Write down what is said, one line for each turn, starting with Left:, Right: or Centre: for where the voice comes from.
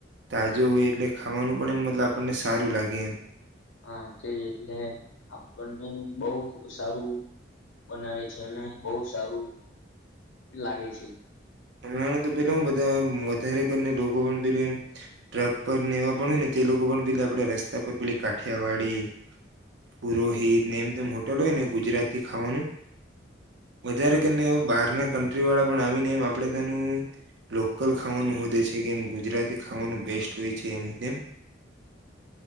Right: તાજો હોય એટલે ખાવાનું પણ એ મતલ આપણને સારું લાગે એમ.
Left: હ તે એટલે આપણને બો સારું બનાવે છે અને બો સારું લાગે છે.
Right: હમણાં તો પેલા બધા વધારે કરીને <unintelligible> એમ ટ્રક પર ને એવા પણ હોય ને તે લોકો પણ પેલી આપણે રસ્તા પર પેલી કાઠિયાવાડી પુરોહિતને એમ તેમ હોટલ હોય ને ગુજરાતી ખાવાનું વધારે કરીને બહાર ના કન્ટ્રી વાળા પણ આવીને એમ આપણેતાનું લોકલ ખાવાનું હોધે છે કેમ ગુજરાતી ખાવાનું બેસ્ટ હોય છે એમ તેમ